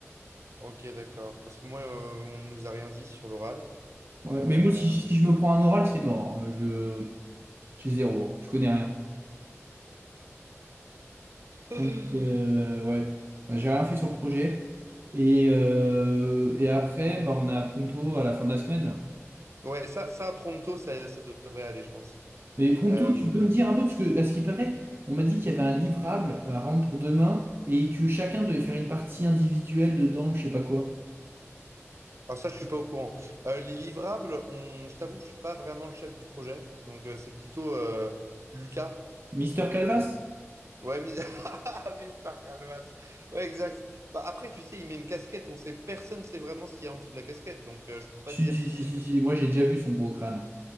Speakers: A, on the right; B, on the right.
A: Ok, d'accord. Parce que moi, euh, on ne nous a rien dit sur l'oral.
B: Ouais,
A: Euh,
B: mais moi, si, si je me prends un oral, c'est mort. hein. Je, j'ai zéro, hein. Je connais rien.
A: <gasps>
B: Donc, euh,
A: <sighs>
B: ouais. Bah, J'ai rien fait sur le projet. Et, euh, et après, bah, on a Pronto à la fin de la semaine, là.
A: Ouais, ça, ça, pronto, ça, ça devrait aller, je pense.
B: Mais Pronto,
A: Euh,
B: tu peux me dire un peu, parce que à ce qui paraît, on m'a dit qu'il y avait un livrable euh, à rendre pour demain et que chacun devait faire une partie individuelle dedans ou je sais pas quoi.
A: Ah, ça, je suis pas au courant. Euh, les livrables, on... je t'avoue que je suis pas vraiment le chef du projet. Donc, euh, c'est plutôt euh, Lucas.
B: Mister Calvas?
A: Donc, ouais, mis... <laughs> Mister Calvas. Ouais, exact. Bah, après, tu sais, il met une casquette. On sait, personne sait vraiment ce qu'il y a en dessous de la casquette. Donc, euh, je peux pas
B: Si,
A: te dire
B: si,
A: si
B: si,
A: c'est
B: si,
A: une. casquette.
B: si, moi j'ai déjà vu son gros crâne.